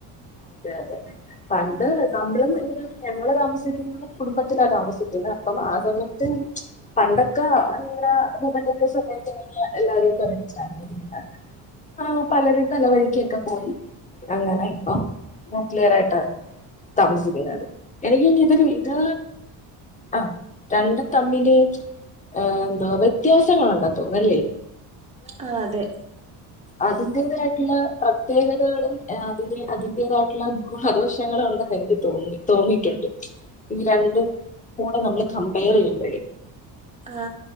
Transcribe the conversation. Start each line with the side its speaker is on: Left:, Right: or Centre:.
Left: അതെയതെ പണ്ട് നമ്മൾ <unintelligible> ഞങ്ങൾ താമസിക്കുന്ന കുടുംബത്തില താമസിക്കുന്നെ അപ്പം ആ സമയത്ത് പണ്ടൊക്കെ ങ്ങനെഅപ്പൂപ്പന്റൊക്കെ സമയത്ത് എല്ലാരും ഒരുമിച്ച ണ്ടായിർന്നേ പ്പാ പലരും പലവഴിക്കൊക്കെ പോയി അങ്ങനെ ഇപ്പൊ നൂക്ലിയറായിട്ടാ താമസിക്കുന്നത് എനിക്കിഞ്ഞിതിൽ ഇത്. ആ രണ്ടും തമ്മിൽ ഏ എന്തോ വ്യത്യാസങ്ങളുണ്ടന്ന് തോന്നു അല്ലേ
Right: ആ അതെ
Left: അതിന്റേതായിട്ടുള്ള പ്രത്യേകതകളുംഏ അതിന്റെ അതി ന്റേതായിട്ടുള്ള ഗുണദോഷങ്ങളുണ്ടെന്നു എനിക്ക് തോന്നി തോന്നിയിട്ടുണ്ട് ഈ രണ്ടും കൂടെ നമ്മൾ കമ്പെയർ ചെയ്യുമ്പോ-
Right: ആ